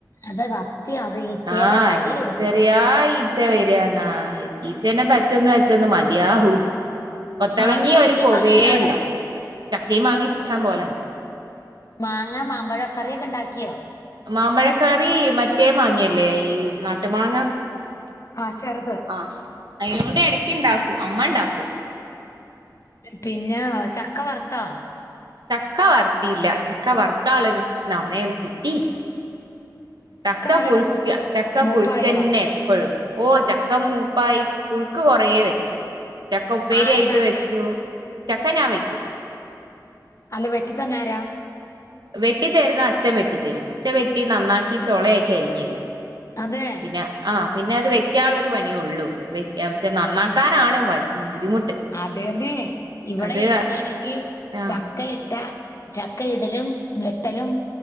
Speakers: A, on the left (about 45°); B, on the right (about 75°).
A: അത സത്യ അത് ഈച്ചേടെ
B: ആഹ്
A: കളിയായിരിക്കും
B: <unintelligible> ഈച്ച വരിന്നാ ഈച്ചേനെ തച്ചൊന്ന് തച്ചൊന്ന് മതിയായി ഒത്തിളങ്ങി
A: മാ ചക്കയും
B: ഒരു പൊവേല്ല
A: മാങ്ങ ഉണ്ടോ അവിടെ
B: ചക്കയും മാങ്ങയും ഇഷ്ടാൻ പോലെണ്ട്
A: മാങ്ങ മാമ്പഴം കറിയൊക്കെ ഉണ്ടാക്കിയോ
B: മാമ്പഴക്കറി മറ്റേ മാങ്ങിയല്ലേ ഈ നാട്ടു മാങ്ങ
A: ആഹ ചെറുത്
B: ആ അയിനോണ്ട് ഇടക്ക് ഉണ്ടാക്കൂ അമ്മ ഉണ്ടാക്കും
A: പിന്നെ ചക്ക വറുത്താ
B: ചക്ക വറുത്തിയില്ല ചക്ക വറുക്കളൊരു സമയം കിട്ടില്ല ചക്ക
A: നല്ലോണം
B: പുഴുക്ക
A: മൂത്തു
B: ചക്ക
A: മൂപ്പായോ
B: പുഴുക്കന്നെ എപ്പഴും ഓ ചക്ക മൂപ്പായി പുഴുക്ക് കൊറേ വെച്ചു ചക്ക ഉപ്പേരി
A: ആരാ
B: ആയിട്ട്
A: ഇണ്ടാക്കണേ
B: വെച്ചു ചക്ക ഞാൻ വയ്ക്കും
A: അല്ല വെട്ടി തന്നെ ആരാ
B: വെട്ടിത്തരുന്ന അച്ൻ വെട്ടിത്തരും അച്ച വെട്ടി നന്നാക്കി ചൊളയാക്കി അരിഞ് തരും
A: അതെ
B: പിന്നെ ആ പിന്നെ അത് വെക്കാനുള്ളരു പണിയള്ളൂ വെക്ക വെച്ചാൽ നന്നാക്കാനാണ് ബുദ്ധിമുട്ട്
A: അതേന്നെ ഇവിടെ
B: അത്
A: എനിക്കാണെങ്കിൽ
B: ആ
A: ചക്കയിട്ട ച ക്കെ ഇടലും വെട്ടലും